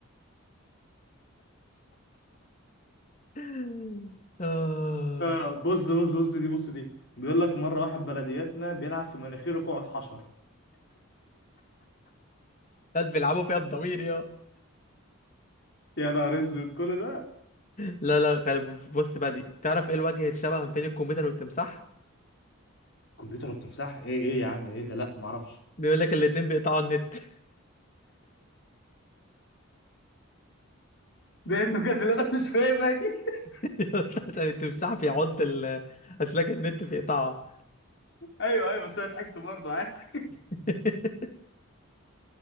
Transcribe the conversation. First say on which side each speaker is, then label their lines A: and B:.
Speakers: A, on the left; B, on the left.
A: <laughs> آه،
B: آه بص بص بص دي بص دي بيقول لك مره واحد بلدياتنا بيلعب في مناخيره قعد حشر
A: ناس بيلعبوا فيها الضمير يا
B: يا نهار اسود كل ده
A: لا لا خل- بص بقى دي تعرف ايه الوجه الشبه ما بين الكمبيوتر والتمساح
B: كمبيوتر وتمساح ايه ايه يا عم ايه ده لا ما اعرفش
A: بيقول لك الاتنين بيقطعوا النت <laughs>
B: ده انت بجد لا لا، مش فاهمها دي <laughs>
A: يا اسطى عشان التمساح بيعض ال- اسلاك النت بيقطعها
B: ايوه ايوه بس انا ضحكت برضه عادي
A: <laughs>